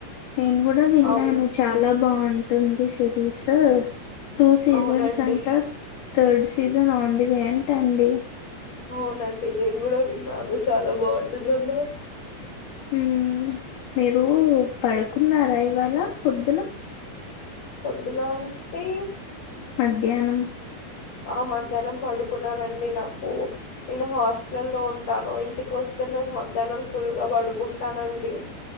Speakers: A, on the left; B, on the left.
A: నేను కూడా విన్నాను
B: అవును
A: చాలా బాగుంటుంది సిరీసు టూ సీజన్స్
B: అవునండి
A: అంట third season on the way అంటండి
B: అవునండి నేను కూడా విన్నాను చాలా బాగుంటుందన్నారు
A: నేను మీరు పడుకున్నారా ఇవాళ పొద్దున
B: పొద్దునా అంటే
A: మధ్యానం
B: ఆ మధ్యానం పడుకున్నానండి నాకు నేను హాస్టల్ లో ఉంటాను ఇంటికి వస్తే నేను మధ్యానం ఫుల్ గా పడుకుంటానండి